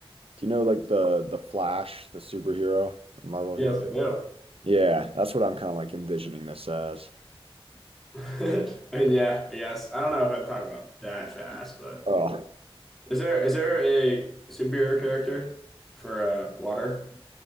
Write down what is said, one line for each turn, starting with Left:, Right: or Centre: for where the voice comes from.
Right: you know like the the Flash, the superhero, Marvel
Centre: Yes,
Right: hero?
Centre: I do.
Right: Yeah, that's what I'm kind of like envisioning this as.
Centre: <laughs> I mean, yeah, I guess. I don't know if I'd talk about that fast, but
Right: Oh,
Centre: is there is there a superhero character for uh, water?